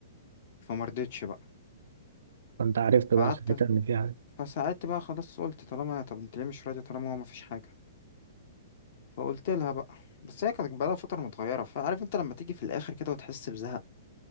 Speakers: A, on the left; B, on the right.
A: فما رضتش بقى
B: فانت عرفت بقى
A: فقعدت
B: ساعتها ان في حاجة
A: فساعدت بقى خلاص قلت طالما طب انت ليه مش راضيه طالما هو مفيش حاجه فقلت لها بقى بس هي كانت بقالها فتره متغيره فعارف انت لما تيجي في الاخر كده وتحس بزهق